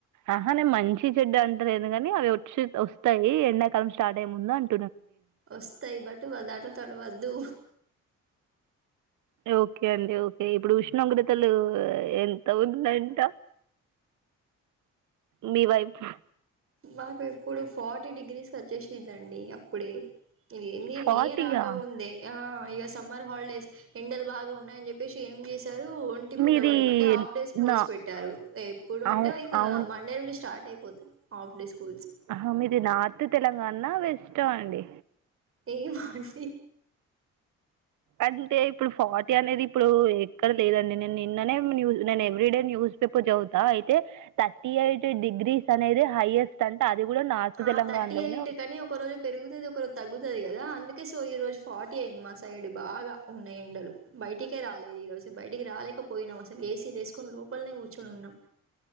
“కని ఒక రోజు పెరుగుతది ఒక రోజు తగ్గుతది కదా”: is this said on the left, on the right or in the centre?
Right